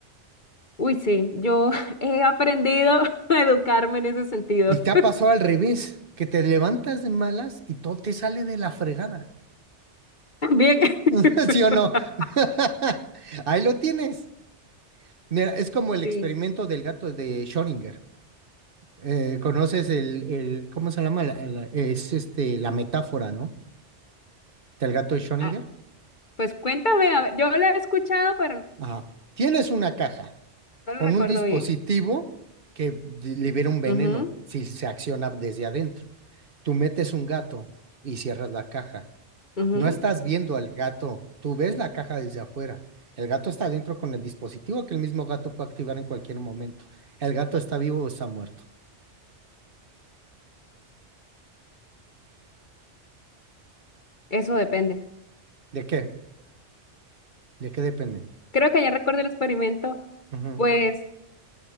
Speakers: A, on the left; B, on the right.
A: Uy, sí, yo <laughs> he aprendido <laughs> a educarme en ese sentido.
B: ¿Y te ha pasado al revés, que te levantas de malas y todo te sale de la fregada?
A: <laughs> Bien.
B: <laughs>
A: <laughs>
B: ¿Sí o no? <laughs> Ahí lo tienes. Mira, es como el experimento
A: Sí.
B: del gato de Schrödinger. Eh, ¿conoces el, el, cómo se llama? La- la- es este, la metáfora, ¿no? Del gato de Schrödinger.
A: Ah, pues cuéntame, a ver, yo la he escuchado, pero
B: Ajá. Tienes una caja.
A: No lo
B: con
A: recuerdo
B: un dispositivo
A: bien.
B: que di- libera un veneno
A: Ujú,
B: si se acciona desde adentro. Tú metes un gato y cierras la caja.
A: ujú,
B: No estás viendo al gato, tú ves la caja desde afuera. El gato está adentro con el dispositivo que el mismo gato puede activar en cualquier momento. ¿El gato está vivo o está muerto?
A: Eso depende.
B: ¿De qué? ¿De qué depende?
A: Creo que ya recuerdo el experimento,
B: Ujú.
A: pues,